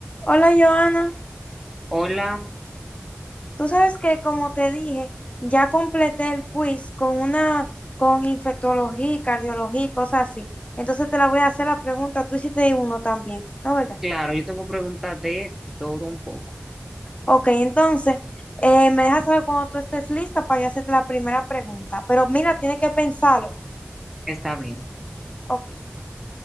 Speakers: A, on the left; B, in the centre.
A: Hola Joana,
B: Hola,
A: tú sabes que como te dije, ya completé el quiz con una, con infectología, y cardiología y cosas así. Entonces te la voy a hacer la pregunta, tú hiciste uno también, ¿no verdad?
B: claro, yo tengo preguntas de todo un poco.
A: Ok, entonces eh, me dejas saber cuando tú estés lista para yo hacerte la primera pregunta. Pero mira, tienes que pensarlo.
B: Está bien.
A: Ok,